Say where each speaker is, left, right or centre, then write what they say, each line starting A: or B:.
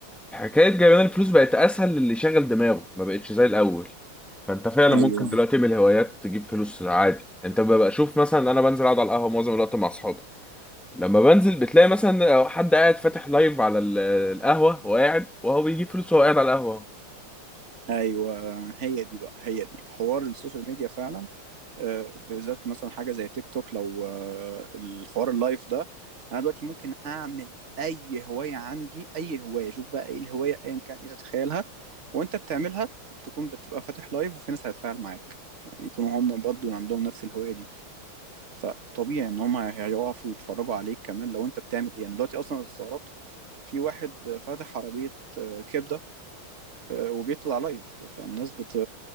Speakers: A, in the centre; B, on the right (about 35°).
A: حكايه جايبان الفلوس بقت اسهل للي شغل دماغه ما بقتش زي الاول فانت فعلا
B: ايوه
A: ممكن دلوقتي تعمل هوايات تجيب فلوس عادي انت ببقى شوف مثلا انا بنزل اقعد على القهوه معظم الوقت مع اصحابي لما بنزل بتلاقي مثلا حد قاعد فاتح لايف على ال- القهوه وقاعد وهو بيجيب فلوس وهو قاعد على القهوه
B: ايوه هي دي بقى هي دي حوار السوشيال ميديا فعلا آه، بالذات مثلا حاجه زي تيك توك لو آه، الحوار اللايف ده انا دلوقتي ممكن اعمل اي هوايه عندي اي هوايه شوف بقى ايه الهوايه ايا كان ايه تتخيلها وانت بتعملها تكون بتبقى فاتح لايف وفي ناس هتتفاعل معاك يكونوا هم برضو عندهم نفس الهوايه دي فطبيعي ان هم هيقفوا يتفرجوا عليك كمان لو انت بتعمل ايه انا دلوقتي اصلا استغربت في واحد فاتح عربيه آه، كبده آه، وبيطلع لايف فالناس بت